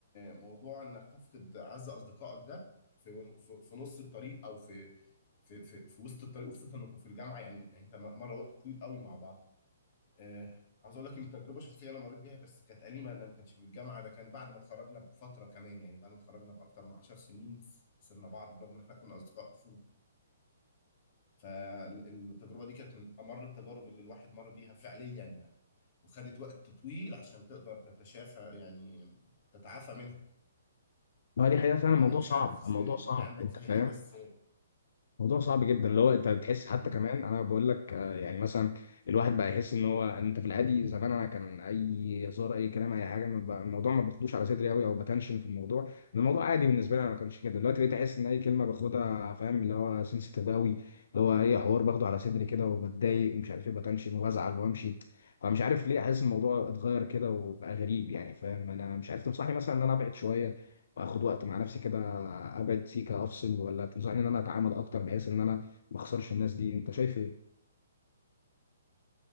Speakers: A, on the left; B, on the left.
A: موضوع انك تفقد اعز اصدقائك ده في في في نص الطريق او في في في, في وسط الطريق وخصوصا انكم في الجامعه يعني يعني انت م- مره وقت طويل قوي مع بعض آه عاوز اقول لك ان تجربه شخصيه انا مريت بيها بس كانت اليمه انا ما كانش بالجامعه ده كان بعد ما اتخرجنا بفتره كمان يعني بعد ما اتخرجنا باكتر من 10 سنين خسرنا بعض برغم ان احنا كنا اصدقاء طفوله فالتجربه دي كانت من امر التجارب اللي الواحد مر بيها فعليا يعني وخدت وقت طويل عشان تقدر تتشافى يعني تتعافى منها
B: ما هي دي حقيقه فعلا الموضوع
A: انا مش
B: صعب
A: عارف
B: الموضوع
A: الدنيا
B: صعب
A: عندك
B: انت
A: فيها
B: فاهم
A: ايه بس
B: موضوع صعب جدا اللي هو انت بتحس
A: مم.
B: حتى كمان انا بقول لك آه، يعني مثلا الواحد بقى يحس ان هو انت في العادي زمان انا كان اي هزار اي كلام اي حاجه ما بقى- الموضوع ما باخدوش على صدري قوي او بتنشن في الموضوع إن الموضوع عادي بالنسبه لي انا ما كانش كده دلوقتي بقيت احس ان اي كلمه باخدها فاهم اللي هو سنسيتيف قوي اللي هو اي حوار باخده على صدري كده وبتضايق ومش عارف ايه بتنشن وبزعل وامشي فمش عارف ليه حاسس الموضوع اتغير كده وبقى غريب يعني فاهم انا مش عارف تنصحني مثلا ان انا ابعد شويه واخد وقت مع نفسي كده ابعد سيكه افصل ولا تنصحني ان انا اتعامل اكتر بحيث ان انا ما اخسرش الناس دي انت شايف